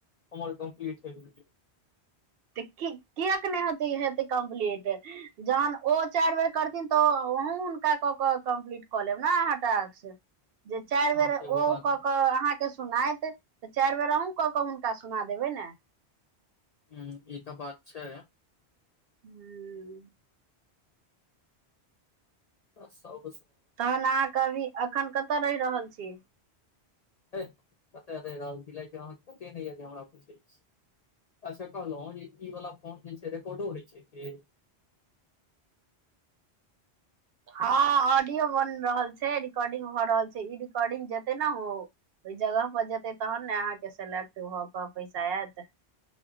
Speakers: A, on the left; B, on the right.
A: हमर कम्प्लीट होइ गेलौ
B: त कि कियाक नै होतै हेतै कम्पलीट जहन ओ चारि बेर करथिन तऽ अहूं हुनका कऽ क कम्प्लीट कऽ लेब ने अहाँ टास्क जे चारि
A: अहाँ
B: बेर
A: सेहो
B: ओ
A: बात
B: कऽ क आहाँ के सुनाति तऽ चारि बेर अहूँ कऽ के हुनका सुना देबै ने
A: हूं ई तऽ बात छै
B: हूं
A: ब <unintelligible>
B: तहन अहाँक अभी अखन कतऽ रहि रहल छी
A: है कतै रैह रहल छी कैलाकी आहा के पत्ते नय यह कि हमरा पुछै छी अच्छा कहलौं जे ई वाला फोन जे छै रिकॉडो होइ छै कि
B: हँ ऑडियो बन रहल छै रिकॉर्डिंग भ रहल छै ई रिकर्डिंग जेते ने ओ ओई जगह पर जेतै तहन ने अहाँके सेलेक्ट भऽ के पैसा आयत